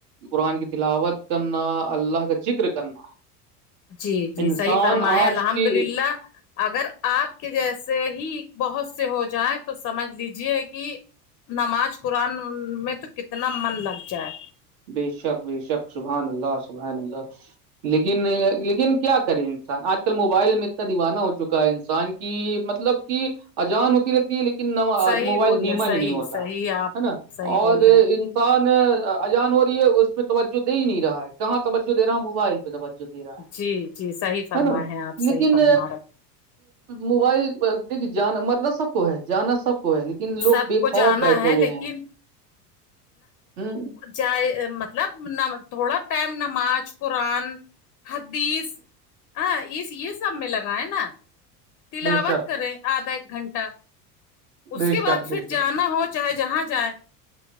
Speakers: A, on the right; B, on the left.
A: قرآن کی تلاوت کرنا اللہ کا ذکر کرنا
B: جی جی
A: انسان
B: صحیح فرمائےیں
A: آج
B: الحمد
A: کی
B: للہ اگر آپ کے جیسے ہی بہت سے ہو جائیں تو سمجھ لیجے کہ نماز قرآن میں تو کتنا من لگ جائے
A: بے شک بے شک سبحان اللہ سبحان اللہ لیکن لیکن کیا کرے انسان آج کل موبائل میں اتنا دیوانہ ہو چکا ہے انسان کہ مطلب کہ اجان ہوتی رہتی لیکن موبائل
B: صحیح بول
A: دھیما
B: رہے صحیح
A: ہی نہیں ہوتا
B: صحیح
A: ہے
B: آپ
A: نا
B: صحیح
A: اور
B: بول
A: ان
B: رہے ہیں
A: ان اجان ہو رہی ہے اس میں توجہ د ہی نہیں رہا ہے کہاں توجہ دے رہا ہوں موبائل پہ توجہ جو د رہا
B: جی جی صحیح فرمائے
A: ہے نا
B: ہیں آپ صحیح
A: لیکن
B: فرما رہے
A: موبائل د جانا مرلہ سب کو ہے جانا سب کو ہے لیکن
B: سب
A: لوگ بے
B: کو
A: خوف
B: جانا
A: بیٹھے
B: ہے
A: ہوئے
B: لیکن
A: ہیں ہ
B: جائے مطلب تھوڑا پیم نماز قرآن حدیث ہ اس یہ سب میں لگائیں نا تلاوت
A: بے شک
B: کرے آدھا ایک گھنٹہ اس
A: بے
B: کے
A: شک
B: بعد پھر
A: بے شک
B: جانا ہو چاہے جہاں جائے